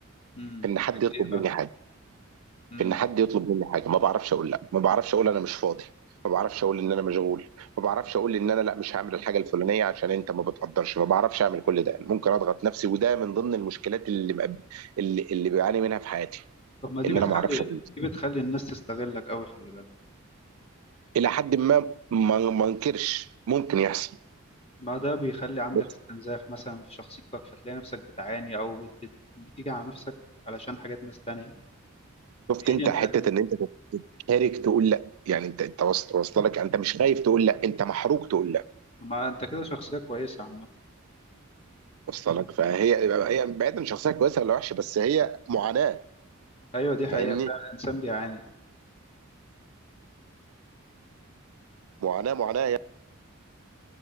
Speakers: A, on the left; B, on the right.
A: امم
B: ان حد يطلب
A: إيه بقى؟
B: مني حاجه
A: مم.
B: في ان حد يطلب مني حاجه ما بعرفش اقول لا ما بعرفش اقول انا مش فاضي ما بعرفش اقول ان انا مشغول ما بعرفش اقول ان انا لا مش هعمل الحاجه الفلانيه عشان انت ما بتقدرش ما بعرفش اعمل كل ده ممكن اضغط نفسي وده من ضمن المشكلات اللي مقب- اللي, اللي بعاني منها في حياتي
A: طب ما دي
B: ان
A: بتخلي
B: انا ما اعرفش اقول لا.
A: دي بتخلي الناس تستغلك أوي خلي بالك
B: الى حد ما ما ما انكرش ممكن يحصل
A: ما ده بيخلي عندك
B: بس
A: استنزاف مثلا في شخصيتك فتلاقي نفسك بتعاني أو بت... بت... بتيجي على نفسك علشان حاجات ناس تانية
B: شفت
A: في
B: انت
A: حين إن
B: حته ان انت تتحرك تقول لا يعني انت انت وص- واصله لك انت مش خايف تقول لا انت محروق تقول لا
A: ما أنت كده شخصية كويسة عامة
B: واصله لك فهي هي بعيدا عن شخصيه كويسه ولا وحشه بس هي معاناه
A: أيوة دي حقيقة
B: فاهمني
A: فعلا الإنسان بيعاني
B: معاناة معاناة يعني